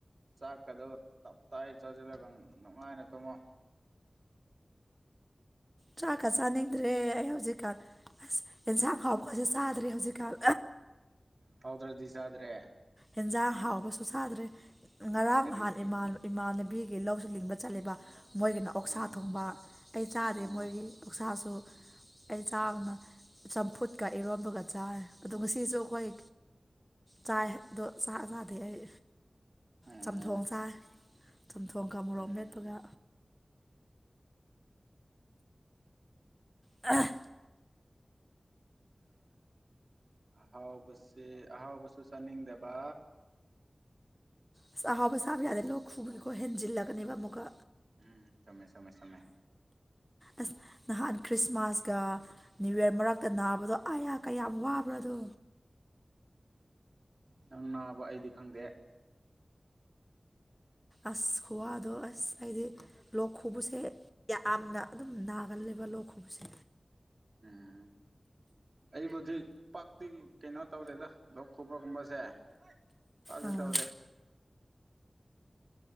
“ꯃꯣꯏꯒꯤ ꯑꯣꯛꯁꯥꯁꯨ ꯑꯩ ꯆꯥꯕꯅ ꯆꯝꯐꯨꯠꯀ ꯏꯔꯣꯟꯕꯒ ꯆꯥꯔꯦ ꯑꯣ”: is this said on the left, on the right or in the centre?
Centre